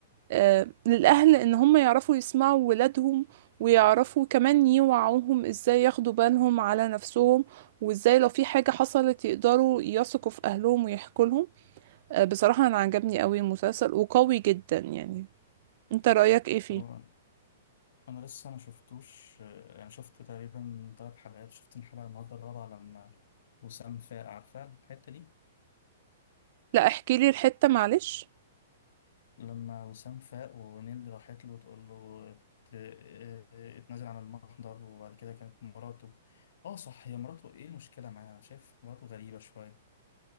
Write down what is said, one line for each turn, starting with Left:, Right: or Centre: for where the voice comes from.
Right: آه، للأهل ان هم يعرفوا يسمعوا ولادهم ويعرفوا كمان يوعوهم ازاي ياخدوا بالهم على نفسهم وازاي لو في حاجة حصلت يقدروا يثقوا في اهلهم ويحكوا لهم آه، بصراحة انا عجبني قوي المسلسل وقوي جدا يعني انت رأيك ايه فيه
Left: هو أنا لسه ما شفتوش آه، يعني شفت تقريبا تلات حلقات شفت الحلقة النهاردة الرابعة لما وسام فاق عارفة الحتة دي
Right: لا احكي لي الحتة معلش
Left: لما وسام فاق ونيل راحت له وتقول له ات- اه- اتنازل عن المحضر وبعد كده كانت مراته اه صح هي مراته ايه المشكلة معاها انا شايف مراته غريبة شوية